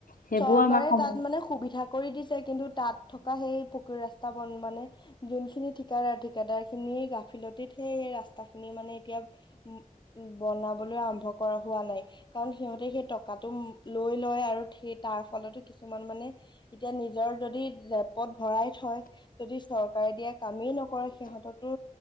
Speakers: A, on the left; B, on the left.
A: সেইবোৰ
B: চৰকাৰে
A: আমাৰ সম
B: তাত মানে সুবিধা কৰি দিছে, কিন্তু তাত থকা সেই পকী ৰাস্তা বন মানে যোনখিনি ঠিকাদাৰ, ঠিকাদাৰ খিনি হেই গাফিলতিত হে এই ৰাস্তা খিনি মানে এতিয়া উ, বনাবলৈ আৰম্ভ কৰা হোৱা নাই। পাৰে, কাৰণ সিহঁতে সেই টকাটো লৈ লয় আৰু সেই তাৰ ফলতো কিছুমান মানে এতিয়া নিজৰ যদি জেপটত ভৰাই থয় যদি চৰ চৰকাৰে দিয়া কামেই নকৰে সিহঁতেটো